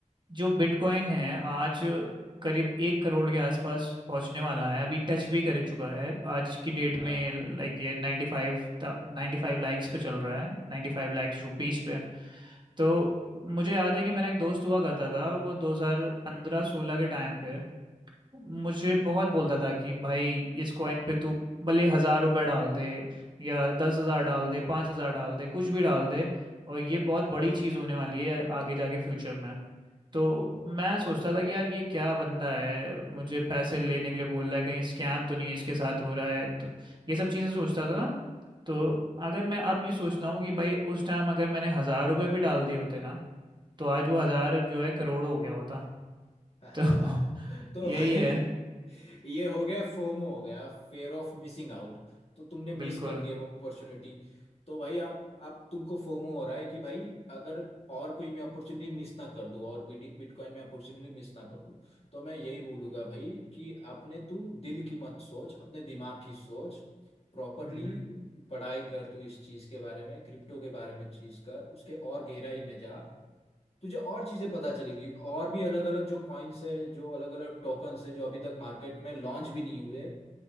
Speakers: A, on the right (about 35°); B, on the left (about 50°).
A: जो बिटकॉइन है आज करीब एक करोड़ के आसपास पहुंचने वाला है अभी टच भी कर चुका है आज की डेट में
B: हाँ
A: लाइक ये 95 नाइन्टी फाइव लाइक्स पे चल रहा है 95 लाइक्स रुपीस पे तो मुझे याद है कि मेरा एक दोस्त हुआ करता था वो 2015-16 के टाइम पे मुझे बहुत बोलता था कि भाई इस कॉइन पे तू भले हजार रुपए डाल दे या दस हजार डाल दे पाँच हजार डाल दे कुछ भी डाल दे और ये बहुत बड़ी चीज होने वाली है आगे जाके फ्यूचर में तो मैं सोचता था कि यार ये क्या बंदा है मुझे पैसे लेने के लिए बोल रहा है कहीं स्कैम तो नहीं है इसके साथ हो रहा है तो ये सब चीज़ें सोचता था तो अगर मैं अब ये सोचता हूँ कि भाई उस टाइम अगर मैंने हज़ार रुपये भी डाल दिए होते ना तो आज वो हज़ार जो है करोड़ों हो गया होता
B: <laughs>
A: तो
B: तो
A: <laughs> यही
B: भाई
A: है
B: ये हो गया फोमो हो गया फेयर ऑफ मिसिंग आउट तो तुमने मिस
A: बिल्कुल
B: कर दिया वो अपॉर्चुनिटी तो भाई आप आप तुमको फोमो हो रहा है कि भाई अगर और कोई मैं अपॉर्चुनिटी मिस ना कर दूं और बिटकॉइन में अपॉर्चुनिटी मिस ना कर दूं तो मैं यही बोलूंगा भाई कि अपने तू दिल की मत सोच अपने दिमाग की सोच प्रॉपरली
A: हम्म
B: पढ़ाई कर तू इस चीज के बारे में क्रिप्टो के बारे में चीज कर उसके और गहराई में जा तुझे और चीजें पता चलेगी और भी अलग अलग जो कॉइन्स है जो अलग अलग टोकन्स है जो अभी तक मार्केट में लॉन्च भी नहीं हुए